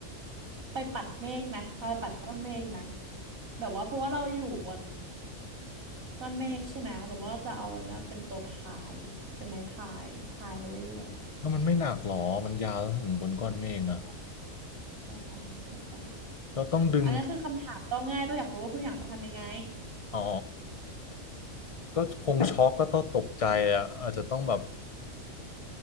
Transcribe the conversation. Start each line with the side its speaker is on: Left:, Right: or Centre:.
Right: ไปปัดเมฆไหมเอาไปปัดก้อนเมฆไหมแบบว่าเพราะว่าเราอยู่บน ก้อนเมฆใช่ไหมหรือว่าจะเอาอันนะเป็นตัวพายเป็นไม้พายพายไปเรื่อย
Left: แล้วมันไม่หนักหรอมันยาวถึงบนก้อนเมฆนะ
Right: ๆยาวยาวไปยาวไป
Left: เราต้องดึง
Right: อันนั้นคือคำถามต้องง่ายต้องอยากรู้ว่าคุณอยากจะทำยังไง
Left: อ๋อก็คงช็อกก็ต้องตกใจอ่ะอาจจะต้องแบบ